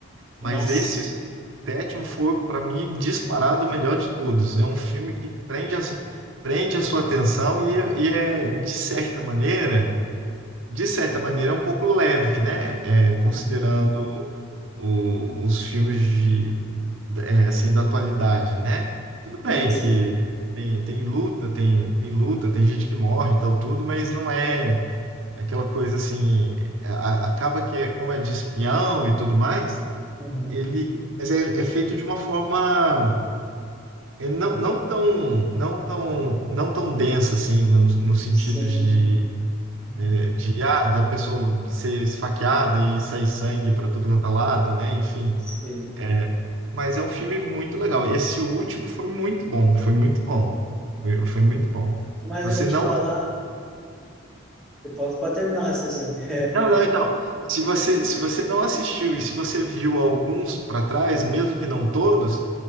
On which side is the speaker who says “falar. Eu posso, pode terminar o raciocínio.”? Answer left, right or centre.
Centre